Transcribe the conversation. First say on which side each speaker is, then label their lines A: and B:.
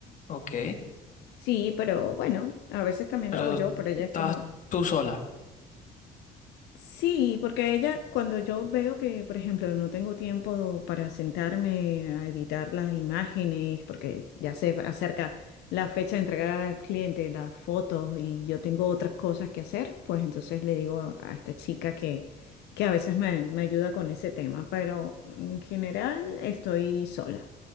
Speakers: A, on the left; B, on the left.
A: Ok,
B: Sí, pero bueno, a veces también
A: pero
B: lo hago yo,
A: estás
B: pero ella es como
A: tú sola.
B: Sí, porque ella, cuando yo veo que, por ejemplo, no tengo tiempo para sentarme a editar las imágenes, porque ya se acerca la fecha de entregar al cliente las fotos y yo tengo otras cosas que hacer, pues entonces le digo a esta chica que, que a veces me, me ayuda con ese tema, pero en general estoy sola.